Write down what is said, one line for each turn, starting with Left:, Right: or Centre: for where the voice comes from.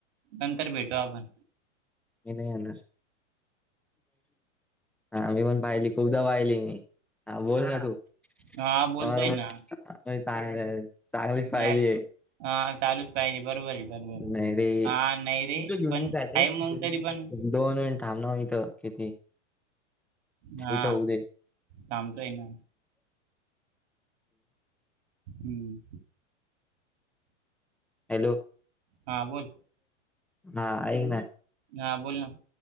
Right: नंतर भेटू आपण
Centre: हे नाही येणार. हा मी पण पाहिली खूपदा पाहिली मी हा बोल ना तू
Right: हा बोलतोय
Centre: ह
Right: ना
Centre: काय चांगलीच पाहिली
Right: हा
Centre: आहे.
Right: हा, चालूच पाहिजे बरोबर आहे बरोबर आहे.
Centre: नाही रे तुच
Right: हा नाही रे
Centre: घेऊन
Right: पण
Centre: नाहीच..
Right: आहे मग तरी पण
Centre: दोन मिनटं थांब ना मग किती.
Right: हा
Centre: इथ होऊ दे
Right: थांबतोय ना हम्म
Centre: हॅलो,
Right: हा बोल
Centre: हा ऐक ना
Right: हा बोल ना